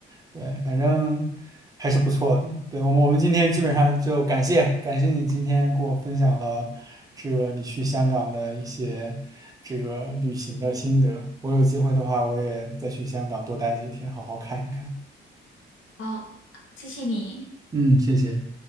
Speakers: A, on the right; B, on the left.
A: 对，反正还是不错的。对，我们我们今天基本上就感谢感谢你今天给我分享了这个你去香港的一些这个旅行的心得，我有机会的话我也再去香港多待几天，好好看一看。
B: 好，谢谢你。
A: 嗯，谢谢。